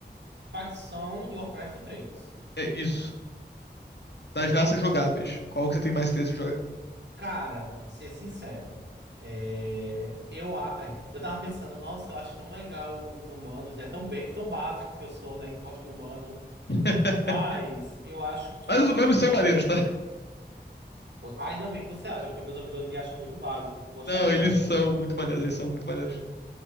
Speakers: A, on the right; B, on the left.
A: Facção de Warcraft três
B: É isso. Das raças jogáveis, qual que você tem mais interesse em jogar?
A: Cara, ser sincero, é, eu, a- eu tava pensando, nossa, eu acho tão legal os humanos, né? Tão, be- tão básico que eu sou, né? Que gosto de humano.
B: <laughs>
A: Mas eu acho que.
B: Mas os humanos são maneiros, tá?
A: Pô, Ainda bem que você acha, porque meus amigos me acham muito básico por gostar
B: Não,
A: de humanos.
B: eles são muito maneiros, eles são muito maneiros.
A: É.